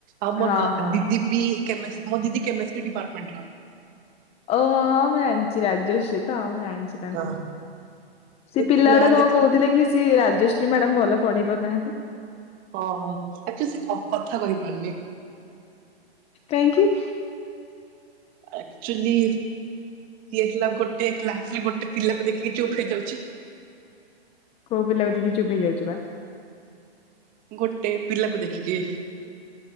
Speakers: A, on the right; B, on the left.
A: ଆଉ ମୋ
B: ହଁ
A: ଦ-
B: ହଁ
A: ଦିଦି ବି କେମେଷ୍- ମୋ ଦିଦି କେମିଷ୍ଟ୍ରି ଡିପାର୍ଟମେଣ୍ଟ ର।
B: ଓହୋ ହଁ ମୁଁ ଜାଣିଚି ରାଜ୍ୟଶ୍ରୀ। ତ ମୁଁ ଜାଣିଛି ତାଙ୍କୁ
A: ହଁ
B: ସେ ପିଲା
A: ସ୍ନେହା
B: ଗୁଡା କଣ
A: ଦିଦି
B: କହୁଥିଲେ କି ସେ ରାଜଶ୍ରୀ ମ୍ୟାଡାମ୍ ଭଲ ପଢେଇ ପାରୁନାହାନ୍ତି।
A: ଓ ହ ଆକ୍ଚୁଲି ସେ କ- କଥା କହିପାରୁନି।
B: କାହିଁକି?
A: ଆକ୍ଚୁଲି ଇଏ ହେଲା ଗୋଟେ କ୍ଲାସ୍ ରେ ଗୋଟେ ପିଲାକୁ ଦେଖିକି ଚୁପ୍ ହେଇଯାଉଚି।
B: କଉ ପିଲାକୁ ଦେଖିକି ଚୁପ୍ ହେଇଯାଉଚି ବା?
A: ଗୋଟେ ପିଲାକୁ ଦେଖିକି।